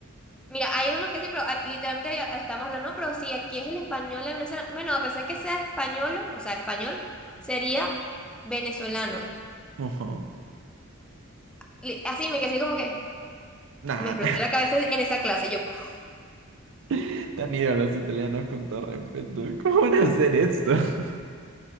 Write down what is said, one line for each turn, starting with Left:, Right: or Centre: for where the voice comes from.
Centre: Mira, hay unos que sí, pero ah, literalmente ya estamos hablando, no, pero si aquí es el español de Venezuela, bueno, a pesar que sea español, o sea, español, sería venezolano.
Right: Ojo.
Centre: Li- Así me quedé así como que,
Right: Nah,
Centre: me explotó la cabeza en esa clase, yo, ¡puf!
Right: <laughs> tan ido los italianos con todo respeto. ¿Cómo van a hacer esto? <laughs>